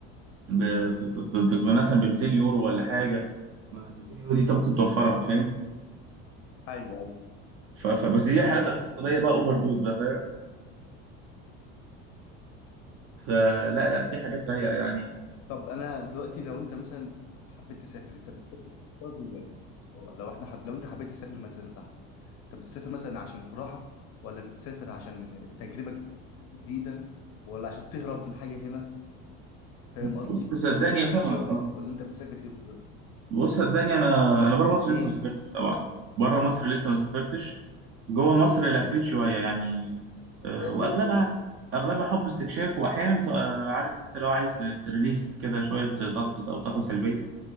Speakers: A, on the right; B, on the left.
A: ب... في... في... ب... ب... مثلا ب 200 يورو ولا حاجه ما ال 200 يورو دي انت ممكن توفرها فاهم
B: ايوه ايوه
A: ف... ف... بس دي
B: ايوه
A: حالات اقتصاديه
B: ايوه
A: بقى اوفر دوز بقى فاهم فلا لا في حاجات رايقه يعني
B: طب انا دلوقتي لو انت مثلا حبيت تسافر انت بتسافر بتسافر بالله اه لو احنا حب... لو انت حبيت تسافر مثلا يا صاحبي انت بتسافر مثلا عشان راحه ولا بتسافر عشان تجربه جديده ولا عشان تهرب من حاجه هنا فاهم قصدي
A: بص صدقني
B: ولا بتسافر
A: فاهمك
B: شغل ولا انت بتسافر ايه بالظبط
A: بص صدقني انا انا بره مصر
B: ايه
A: لسه ما سافرتش طبعا بره مصر لسه ما سافرتش جوه مصر لفيت شويه يعني آه،
B: زي حالاتي
A: واغلبها
B: يعني
A: اغلبها حب استكشاف واحيانا بتبقى عارف انت لو عايز تريليز كده شويه ضغط او طاقه سلبيه